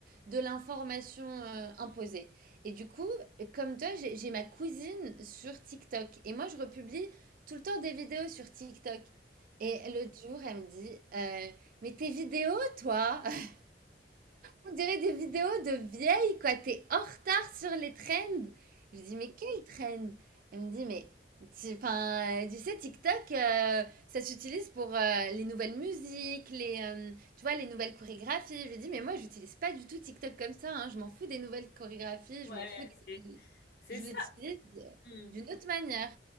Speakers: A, on the right; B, on the left.
A: de l'information euh, imposée. Et du coup, comme toi, j'ai j'ai ma cousine sur TikTok et moi je republie tout le temps des vidéos sur TikTok.
B: Mhm.
A: Et l'autre jour, elle me dit, euh, mais tes vidéos, toi? <laughs> On dirait des vidéos de vieilles, quoi. T'es en retard sur les trends. Je dis, mais quel trend? Elle me dit, mais tu, 'fin, euh, tu sais, TikTok, euh, ça s'utilise pour euh, les nouvelles musiques, les, euh, tu vois, les nouvelles chorégraphies. Je lui dis, mais moi, j'utilise pas du tout TikTok comme ça. hein. Je m'en fous des nouvelles chorégraphies.
B: Ouais,
A: Je m'en fous des...
B: c'est c'est
A: Je
B: ça.
A: l'utilise euh,
B: Mm.
A: d'une autre manière.